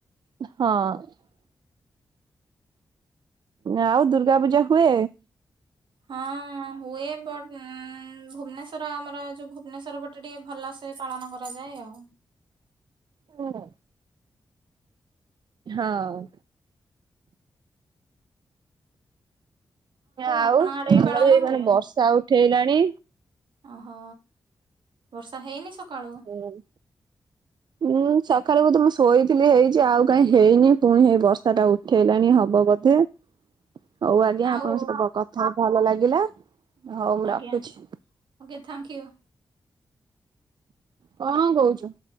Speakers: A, on the right; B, on the right.
A: ହଁ। ଆଉ ଦୁର୍ଗା ପୂଜା ହୁଏ।
B: ହଁ ହୁଏ ବଟ ଭୁବନେଶ୍ଵର ଆମର ଯୋଉ ଭୁବନେଶ୍ଵର ଗୋଟେ ଟିକେ ଭଲସେ ସେ ପାଳନ କରାଯାଏ ଆଉ।
A: କଣ। ହଁ। ଆଉ
B: ଆପଣ ଆଡେ ବି
A: ଆମର
B: ପାଳନ
A: ଏଇ
B: ହୁଏ?
A: କଣ ବର୍ଷା ଉଠେଇଲାଣି।
B: ଅ ହ ବର୍ଷା ହେଇନି ସକାଳୁ।
A: ହୁଁ। ଉୁଁ ସକାଳକୁ ତୁ ମୁଁ ଶୋଇଥିଲି ହେଇଛି ଆଉ କାଇଁ ହେଇନି ପୁଣି ହେଇ ବର୍ଷ ବର୍ଷା ଟା ଉଠେଇଲାଣି
B: ହଁ
A: ହବ ବୋଧେ ହଉ ଆଜ୍ଞା
B: ଆଉ
A: ଆପଣଙ୍କ ସହିତ କ ହ ଭଲ ଲାଗିଲା ହଉ ମୁଁ
B: ଆଜ୍ଞା
A: ରଖୁଛି।
B: Okay thank you.
A: କଣ କହୁଛୁ।